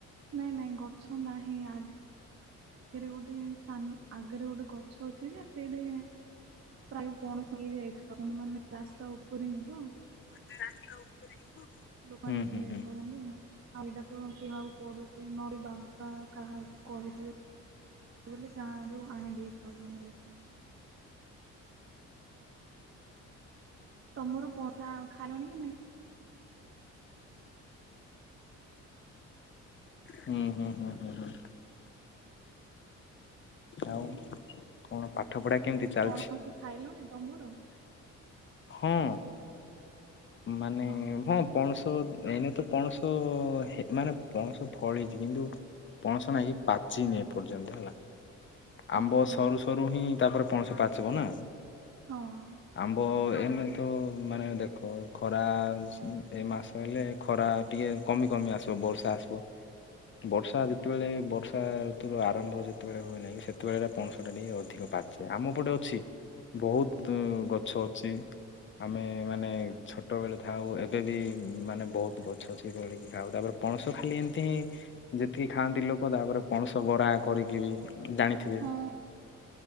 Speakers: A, on the right; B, on the left.
A: ନାଇଁ ନାଇଁ ଗଛ ନାହିଁ। ଆଗ ଆଗରେ ଗୋଟେ ଆଗରେ ଗୋଟେ ଗଛ ଅଛି ଯେ ସେଇଠି ପ୍ରାୟ ପଣସ ହେଇ ଯାଇଥାଉନି ମାନେ ରାସ୍ତା ଉପରେ ହିଁ ତ।
B: <unintelligible>
A: ଲୋକମାନେ
B: ହୁଁ
A: ନେଇଥାଉଚନ୍ତି
B: ହୁଁ
A: ଆଉ ଏଇଟା ତ କିଣିବାକୁ ପଡୁଚି। ନହେଲେ ବାବା କାହାକୁ କହିଥିବେ ବୋଲି ଗାଁରୁ ଆଣି ଦେଇେଥାଉଛନ୍ତି ଲୋକ। କଣ? ତମର ପସା ଖାଲଣି କି ନାଇଁ?
B: ହୁଁ ହୁଁ ହୁଁ ହୁଁ ହୁଁ।
A: ହ୍ୟାଲୋ
B: ଆଉ କଣ ପାଠ ପଢା କେମିତି ଚାଲିଚି?
A: ପଣସ ଖାଇଲଣି ତମର?
B: ହଁ। ମାନେ
A: ଓହୋ
B: ହଁ ପଣସ ଏଇନ ତ ପଣସ ମାନେ ପଣସ ଫଳିଚି କିନ୍ତୁ। ପଣସ ନେଇାଇକି ପାଚେଇ ନେଇେ ପର୍ଯ୍ୟନ୍ତ ହେଲା। ଆମ୍ବ
A: ଓହୋ
B: ସରୁ
A: ହଁ।
B: ସରୁ ହିଁ ତାପରେ ପଣସ ପାଚିବ ନା।
A: ହଁ।
B: ଆମ୍ବ ଏମ ତ ମାନେ ଦେଖ ଖରା ଏ ମାସ ହେଲେ। ଖରା ଟିକେ କମି କମି ଆସିବ ବର୍ଷା ଆସିବ। ବର୍ଷା ଯେତେବେଳେ ବର୍ଷା ଋତୁୁର ଆରମ୍ଭ ଯେତେବେଳେ ହୁଏ ନା <unintelligible> ସେତେବେଳେ ପଣସ ଟା ଟିକେ ଅଧିକ ପାଚେ। ଆମ ପଟେ ଅଛି। ବହୁତ ଗଛ ଅଛି। ଆମେ ମାନେ ଛୋଟବେଳେ ଥାଉ ଏବେ ବି ମାନେ ବହୁତ ଗଛ ଅଛି ତୋଳିକି ଖାଉ। ତାପରେ ପଣସ ଖାଲି ଏମିତି ହିଁ ଯେତିକି ଖାଆନ୍ତି ଲୋକ ତାପରେ ପଣସ ବରା କରିକି ବି ଜାଣି <unintelligible>
A: ହଁ